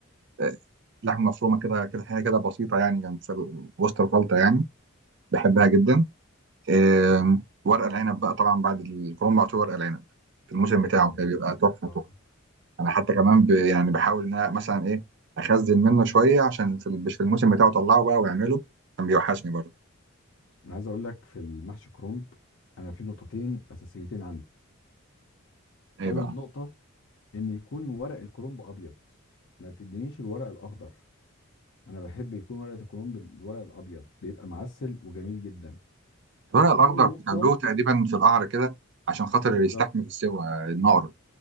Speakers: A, on the right (about 55°); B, on the left (about 60°).
A: آه، لحمه مفرومه كده كده حاجه كده بسيطه يعني جنب في ال- وسط الخلطه يعني بحبها جدا آم، ورق العنب بقى طبعا بعد الكورونا على طول ورق العنب في الموسم بتاعه
B: طبعا ده
A: كده بيبقى
B: حق.
A: تحفه
B: اه
A: تحفه انا حتى كمان ب... يعني بحاول ان انا مثلا ايه اخزن منه شويه عشان في, ال- في الموسم بتاعه اطلعه بقى واعمله عشان بيوحشني برضه
B: انا عايز اقول لك في المحشي كرنب انا في نقطتين اساسيتين عندي
A: ايه
B: اول
A: بقى
B: نقطه ان يكون ورق الكرنب ابيض ما تدينيش الورق الاخضر انا بحب يكون ورقه الكرنب الورق الابيض بيبقى معسل وجميل جدا
A: الورق الاخضر
B: تاني نقطه
A: بيخلوه تقريبا في القعر كده عشان خاطر
B: بالظبط
A: يستحمل السوى النار